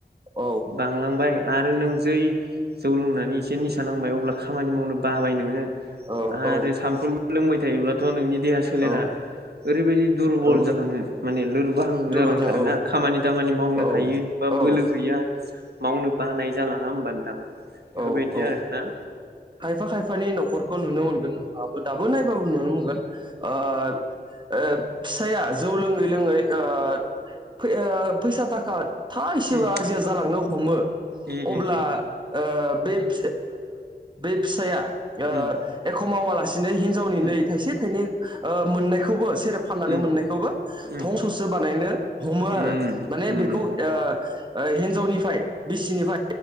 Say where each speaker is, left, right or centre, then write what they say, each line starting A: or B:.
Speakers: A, on the right; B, on the right.
A: औ
B: बांलांबाय आरो नों जै जौ लोंनानै इसे नि सा नांबाय अब्ला खामानि मावनो बाबाय नोङो
A: औ
B: आरो
A: औ
B: सामफ्रोमबो लोंबाय थायोब्लाथ' नोंनि देहा सोलेरा
A: औ
B: ओरैबायदि दुरबल
A: औ
B: जालाङो माने लो बाहां
A: दुरबोदां
B: जालांथारोना
A: औ
B: खामानि दामानि मावनो
A: औ औ
B: मावनो बानाय जालाङा होमबा नोंथां बेफोरबायदि
A: औ औ
B: आरोना
A: खायफा खायफानि न'खरखौ नुनो मोनगोन आबो दाबो नायबाबो नुनो मोनगोन ओ ओ फिसाइया जौ लोङै लोङै ओ फै ओ फैसा थाखा थाइसेबो
B: उम
A: आरजिया जालांनो हमो
B: उम
A: अब्ला
B: उम
A: ओ बे ओ बे फिसाया ओ
B: उम
A: एखो मावालासे नो हिनजावनि
B: उम
A: नै
B: उम
A: थाइसे थाइनै ओ मोननायखौबो सेरेब फाननानै
B: उम
A: मोननायखौबो
B: उम उम उम उम
A: ओ हिनजावनिफाय बिसिनिफाय